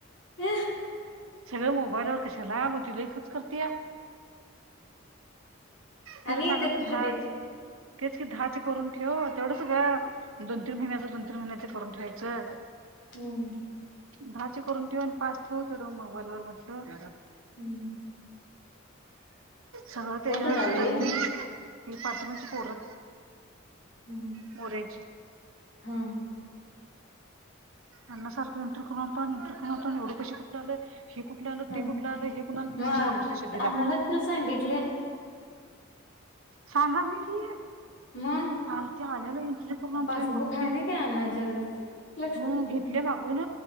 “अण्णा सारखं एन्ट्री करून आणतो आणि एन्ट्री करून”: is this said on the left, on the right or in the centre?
Right